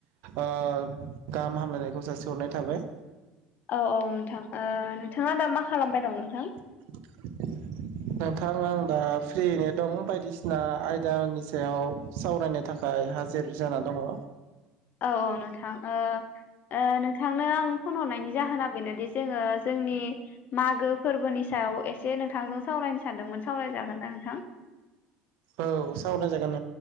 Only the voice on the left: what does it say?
औ औ नोंथां ओ नोंथाङा दा मा खालामबाय दं नोंथां
औ औ नोंथां ओ ओ नोंथांनो आं फन हरनायनि जाहोना बेनोदि जोङो जोंनि मागो फोरबोनि सायाव एसे नोंथांजों सावरायनो सानदोंमोन सावरायजागोनना नोंथां